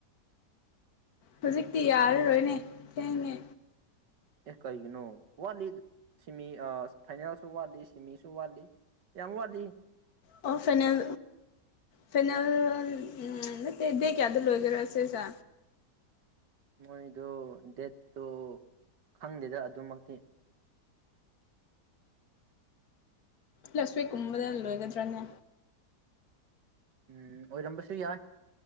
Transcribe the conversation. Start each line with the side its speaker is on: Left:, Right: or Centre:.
Left: ꯍꯧꯖꯤꯛꯇꯤ ꯌꯥꯔꯔꯣꯏꯅꯦ ꯊꯦꯡꯉꯦ
Right: ꯑꯦ ꯀꯩꯒꯤꯅꯣ ꯋꯥꯠꯂꯤ ꯁꯤꯃꯤ ꯐꯥꯏꯅꯦꯜꯁꯨ ꯋꯥꯠꯂꯤ ꯁꯤꯃꯤꯁꯨ ꯋꯥꯠꯂꯤ ꯌꯥꯝꯃꯋꯥꯗꯤ
Left: ꯑꯣ ꯐꯩꯅꯜ ꯐꯦꯅꯥꯜ ꯎ ꯅꯠꯇꯦ ꯗꯦ ꯀꯌꯥꯗ ꯂꯣꯏꯒꯦꯔ ꯁꯤꯦ ꯁꯥ
Right: ꯃꯣꯏꯗꯨ ꯗꯦꯠꯇꯨ ꯈꯪꯗꯦꯗ ꯑꯗꯨꯃꯛꯇꯤ
Left: ꯂꯁꯋꯛ ꯀꯨꯝꯕꯗ ꯂꯣꯏꯒꯗ꯭ꯔꯥꯅꯦ
Right: ꯎꯝ ꯑꯣꯏꯔꯝꯕꯁꯨ ꯌꯥꯏ